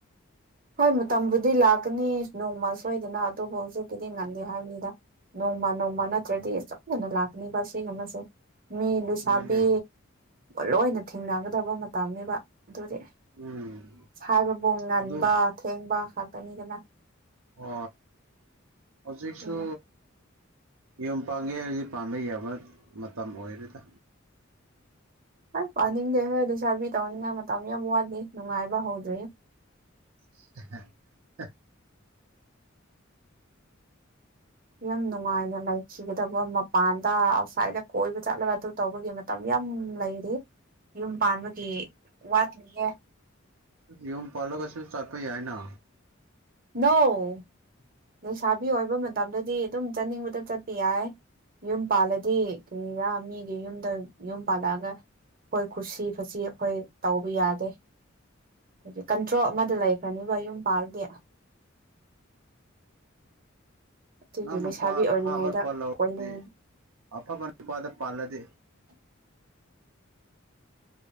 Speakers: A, on the right; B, on the right.
A: ꯍꯣꯏ ꯃꯇꯝꯕꯨꯗꯤ ꯂꯥꯛꯀꯅꯤ ꯅꯣꯡꯃ ꯁꯣꯏꯗꯅ ꯑꯗꯨꯕꯨ ꯍꯧꯖꯤꯛꯀꯤꯗꯤ ꯉꯟꯗꯦ ꯍꯥꯏꯕꯅꯤꯗ ꯅꯣꯡ ꯃꯥ ꯅꯣꯡꯃ ꯅꯠꯇ꯭ꯔꯗꯤ ꯆꯞꯅꯅ ꯂꯥꯛꯅꯤꯕ ꯁꯤꯒꯨꯝꯕꯁꯦ ꯃꯤ ꯂꯨꯁꯥꯕꯤ
B: ꯍꯣꯏꯅꯦ
A: ꯂꯣꯏꯅ ꯊꯦꯡꯅꯒꯗꯕ ꯃꯇꯝꯅꯤꯅꯦꯕ ꯑꯗꯨꯗꯤ
B: ꯎꯝ
A: ꯁꯥꯏꯕꯕꯣꯡ ꯉꯥꯅꯤ
B: ꯑꯗꯨ
A: ꯕꯥ ꯊꯦꯡꯕ ꯈꯥꯛꯇꯅꯤꯗꯅ
B: ꯍ ꯍꯧꯖꯤꯁꯨ
A: ꯑꯗꯨꯅ
B: ꯌꯨꯝ ꯄꯥꯒꯦ ꯍꯥꯏꯁꯦ ꯄꯥꯝꯕ ꯌꯥꯕ ꯃꯇꯝ ꯑꯣꯏꯔꯦꯗ
A: ꯍꯣꯏ ꯄꯥꯅꯤꯡꯗꯦ ꯍꯣꯏꯗ ꯆꯥꯕꯤ ꯇꯧꯅꯤꯡꯉꯥꯏ ꯃꯇꯝ ꯌꯥꯝ ꯋꯥ ꯅꯨꯡꯉꯥꯏꯕ ꯍꯧꯗ꯭ꯔꯤ
B: <inaudible>
A: ꯌꯥꯝ ꯅꯨꯡꯉꯥꯏꯅ ꯂꯩꯈꯤꯒꯗꯕ ꯃꯄꯥꯟꯗ ꯑꯥꯎꯠꯁꯥꯏꯠꯇ ꯀꯣꯏꯕ ꯆꯠꯂꯕ ꯑꯗꯨ ꯇꯧꯕꯒꯤ ꯃꯇꯝ ꯌꯥꯝ ꯂꯩꯔꯤ ꯌꯨꯝ ꯄꯥꯟꯕꯒꯤ ꯋꯥꯠꯂꯤꯍ
B: ꯌꯧꯟ ꯄꯂꯒꯁꯨ ꯆꯥꯄ ꯌꯥꯏꯅ
A: ꯅꯧ ꯂꯩꯁꯥꯕꯤ ꯑꯣꯏꯕ ꯃꯇꯝꯗꯗꯤ ꯑꯗꯨꯝ ꯆꯠꯅꯤꯡꯕꯗ ꯆꯠꯄ ꯌꯥꯏ ꯌꯨꯝ ꯄꯥꯜꯂꯗꯤ ꯀꯔꯤꯔꯥ ꯃꯤꯒꯤ ꯌꯨꯝꯗ ꯌꯨꯝ ꯄꯥꯜꯂꯛꯑꯒ ꯑꯩꯈꯣꯏ ꯈꯨꯁꯤ ꯐꯁꯤ ꯑꯩꯈꯣꯏ ꯇꯧꯕ ꯌꯥꯗꯦ ꯑ ꯀꯟꯇ꯭ꯔꯣ ꯑꯃꯗ ꯂꯩꯈ꯭ꯔꯅꯦꯕ ꯌꯨꯝ ꯄꯥꯜꯗꯝ ꯑꯗꯨꯒꯤ
B: ꯅꯪ ꯅꯨꯄꯥ
A: ꯂꯩꯁꯥꯕꯤ ꯑꯣꯏꯔꯤꯉꯩꯗ
B: ꯑꯐꯕ ꯅꯨꯄꯥ ꯂꯧꯗꯤ
A: ꯀꯣꯏꯅꯤꯡ
B: ꯑꯐꯕ ꯅꯨꯄꯥꯗ ꯄꯥꯜꯂꯗꯤ
A: <inaudible>